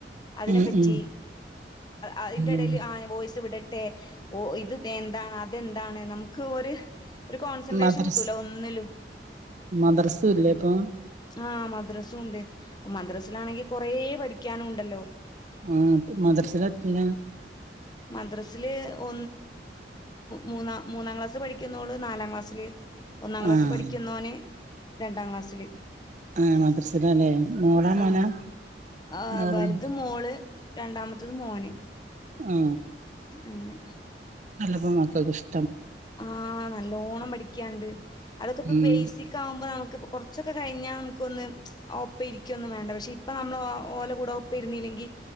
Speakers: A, on the left; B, on the right.
A: അതിനെ
B: ഉം
A: പറ്റി
B: ഉം
A: ആയിന്റെടയില്ല്
B: ഉം
A: ആഹ് വോയിസ്‌ വിട ട്ടെ ഓ ഇത് എന്താണ് അതെന്താണ് നമ്മുക്ക് ഒരു ഒരു കോൺസെൻട്രേഷൻ
B: മദ്രസ്
A: കിട്ടൂല ഒന്നിലും
B: മദ്രസും ഇല്ലേ ഇപ്പൊ
A: ആഹ് മദ്രസും ഉണ്ട് മദ്രസിലാണെങ്കിൽ കുറേ പഠിക്കൻ പഠിക്കാനും ഉണ്ടല്ലോ
B: ആഹ മദ്രസയിൽ എത്രയില
A: മദ്രസില് ഒ മൂന്നാം മൂന്നാം ക്ലാസ് പഠിക്കുന്നോളു നാലാം ക്ലാസ്സില് ഒന്നാം ക്ലാസ്സിൽ
B: ആഹ്
A: പഠിക്കുന്നോൻ രണ്ടാംക്ലാസ്സിൽ
B: ആഹ് മദ്രസിലല്ലേ മോളാ മോനാ
A: ആ ആ
B: മോളും
A: വലുത് മോൾ രണ്ടാമത്തത് മോൻ
B: ആ
A: അങ്ങനെ
B: താ മക്കക്കിഷ്
A: ആ നല്ലോണം പഠിക്കാൻയിണ്ട് അതൊക്കെ ഇപ്പോ
B: ഉം
A: ബേസിക്ക് ആവുമ്പോ നമുക്ക് കൊറച്ചൊക്കെ കഴിഞ്ഞാ നമുക്കൊന്ന് ഒപ്പം ഇരിക്കുമൊന്നും വേണ്ട പക്ഷേ ഇപ്പ നമ്മൾ ഒ ഓലെ കൂടെ ഒപ്പ ഇരുന്നല്ലെങ്കിൽ